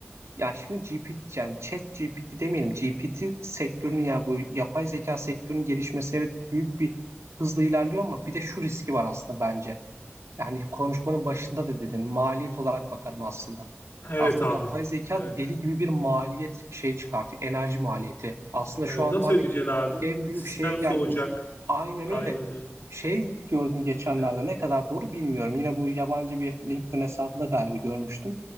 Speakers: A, on the right (about 85°); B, on the left (about 50°).
A: ya şimdi GPT yani chat GPT demeyelim GPT sektörünün ya bu yapay zeka sektörünün gelişmesi evet büyük bir hızla ilerliyor ama bir de şu riski var aslında bence. Yani konuşmanın başında da dedin maliyet olarak bakarım aslında.
B: Evet
A: Aslında
B: abi.
A: yapay zeka
B: Evet.
A: da deli gibi bir maliyet şey çıkartıyor. Enerji maliyeti. Aslında
B: Evet,
A: şu anda
B: nasıl
A: hani
B: ödeyeceksin abi?
A: en büyük
B: Sistem
A: şeye geldi.
B: soğuyacak.
A: Aynen
B: Aynen
A: öyle.
B: öyle
A: Şey gördüm geçenlerde
B: ya.
A: ne kadar doğru bilmiyorum. Yine bu yabancı bir LinkedIn hesabında galiba görmüştüm.